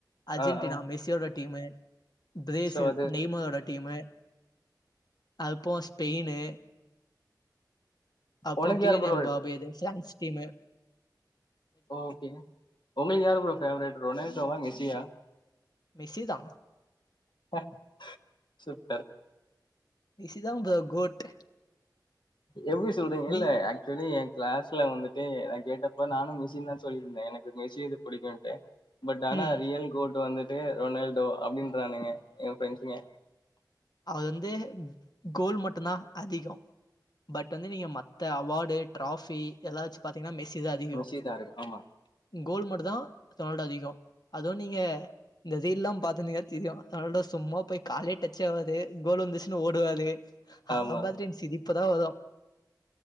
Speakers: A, on the left; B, on the left.
A: அர்ஜென்டினா
B: ஆ ஆ
A: மெஸ்ஸி ஓட டீமு பிரேசில்
B: சோ அது
A: நெய்மரோட டீமு அதுப் போக ஸ்பெய்ன்னு அப்போ
B: உனக்கு
A: க்ளீன்
B: யாரு ப்ரோ
A: எம்பாபேஜி <unintelligible> ஸ் டீம்மு
B: ஓக்கேங்க உங்களுகு யாரு ப்ரோ ஃபேவரட் ரொனால்டோவா மெஸ்ஸியா
A: மெஸ்ஸி தா
B: ப்பா சூப்பர்
A: மெஸ்ஸி தா ப்ரோ கோட்
B: எப்டி சொல்றிங் இல்ல
A: நீ
B: ஆக் தோழி எ கிளாஸ்ல வந்துட்டு நா கேட்டப்ப நானு மெஸ்ஸின் தா சொல்லிருந்தே எனக்கு மெஸ்ஸிது புடிக்குன்ட்டு பட் ஆனா
A: ம்
B: ரியல் கோட் வந்துட்டு ரொனால்டோ அப்டின்றானுங்க எ ஃப்ரண்ட்ஸுங்க
A: அது வந்து கோல் மட்டுந்தா அதிக பட் வந்து நீங்க மத்த அவாடு ட்ராஃபி எல்லா வெச்சு பாத்திங்னா மெஸ்ஸி தா அதிக
B: மெஸ்ஸி தா இருக்கு ஆமா
A: கோல் மட்டு தா ரொனால்ட் அதிக அதுவு நீங்க இந்த ரீல்லா பாத்துனிங்னா தெரியு ரொனால்டோ சும்மாப் போய் காலே டச் ச்சாவாது கோல் வந்துச்சுன்னு ஓடுவாரு அதா
B: ஆமா
A: பாத்துட்டு எனக்கு சிரிப்புதா வரு